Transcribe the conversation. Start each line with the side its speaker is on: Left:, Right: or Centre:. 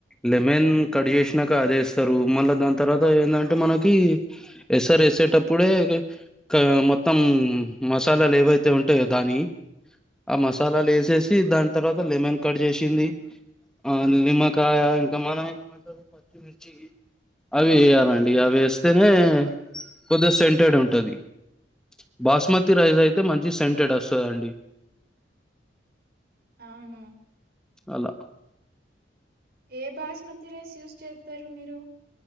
Centre: లెమన్ కట్ చేసినాక అదేస్తారు మళ్ళా దాని తర్వాత ఏందంటే మనకి ఎసర్ ఎసేటప్పుడే ఒక మొత్తం మసాలాలు ఏవైతే ఉంటాయో దానియి ఆ మసాలాలు ఎసేసి దాని తర్వాత లెమన్ కట్ చేసింది ఆ నిమ్మక్ కాయ ఇంకా మనం ఏమంటారు పచ్చిమిర్చి అవి వేయాలండి అవి వేస్తేనే కొద్దిగా సెంటెడ్ ఉంటాది బాస్మతి రైస్ అయితే మంచి సెంటెడ్ ఆస్తాదండి
Right: అవును
Centre: అలా
Right: ఏ బాస్మతి రేస్ యూస్ చేత్తారు మీరు